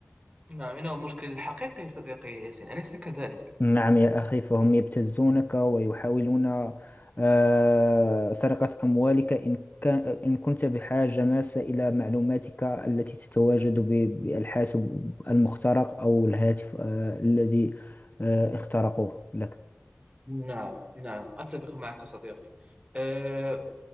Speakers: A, on the right; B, on the left.
A: نعم إنه مشكل حقيقي صديقي ياسين أليس كذلك؟
B: نعم يا أخي فهم يبتزونك ويحاولون آه، سرقة أموالك إن كان إن كنت بحاجة ماسة إلى معلوماتك التي تتواجد ب- بالحاسب المخترق أو الهاتف آه، الذي آه، اخترقوه لك
A: نعم نعم أتفق معك صديقي أه،